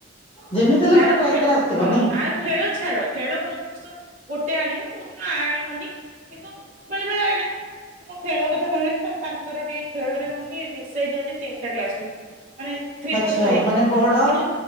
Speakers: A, on the left (about 30°); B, on the right (about 40°).
A: ଯେମିତି ହେଲେ
B: ତାର
A: ଗୋଟେ ପ୍ରାଇଜ
B: ଖେ
A: ଆସିଥିବ
B: ହଁ
A: ନାଇଁ
B: ଆ ଖେଳ ଛାଡ ଖେଳ କୋଉ ବର୍ଷ ଗୋଟେ ଆଣିବ କୋଉ ଦିନ ଆଣିବନି କିନ୍ତୁ ବେଳେ ବେଳେ ଆଣେ। ମୁଁ ଖେଳ କଥା କହିବିନି ତାଙ୍କର ଟିକେ ଖେଳରେ କଣ କି ମିଶେଇ ଦିଅନ୍ତି ତିନିଟା କ୍ଲାସ କୁ। ମାନେ ଥ୍ରୀ
A: ଆଚ୍ଛା
B: ଫୋର୍ ଫାଇପ୍
A: ମାନେ ବଡ
B: କିନ୍ତୁ